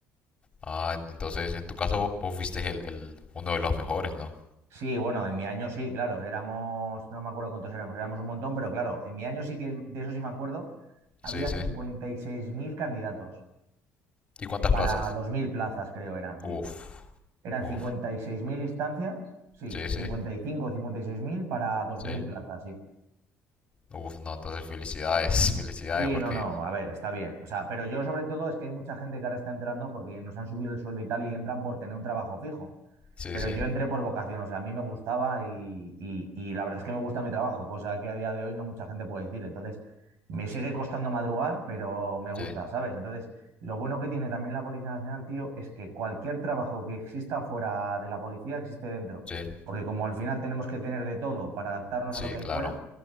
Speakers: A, on the left; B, on the right.
A: Ah, en- entonces en tu caso vos fuiste el, el- uno de los mejores, ¿no?
B: Sí, bueno, en mi año sí, claro, éramos, no me acuerdo cuántos éramos, éramos un montón, pero claro, en mi año sí que, de eso sí me acuerdo, había
A: Sí, sí.
B: 56.000 candidatos
A: ¿Y cuántas
B: para
A: plazas?
B: 2.000 plazas, creo eran, sí.
A: Uf,
B: Eran
A: uf,
B: 56.000 instancias, sí,
A: sí, sí,
B: 55 o 56.000 para dos
A: sí.
B: mil plazas, sí.
A: Uf, no, entonces felicidades, <laughs> felicidades
B: Sí,
A: porque...
B: no, no, a ver, está bien. O sea, pero yo sobre todo es que hay mucha gente que ahora está entrando porque nos han subido el sueldo y tal y entran por tener un trabajo fijo.
A: Sí,
B: Pero
A: sí,
B: yo entré por vocación, o sea, a mí me gustaba y, y- y la verdad es que me gusta mi trabajo, cosa que a día de hoy no mucha gente puede decir. Entonces, me sigue costando madrugar, pero me gusta,
A: sí,
B: ¿sabes? Entonces, lo bueno que tiene también la Policía Nacional, tío, es que cualquier trabajo que exista fuera de la policía existe dentro.
A: sí,
B: Porque como al final tenemos que tener de todo para adaptarnos
A: sí,
B: a lo que hay
A: claro,
B: fuera,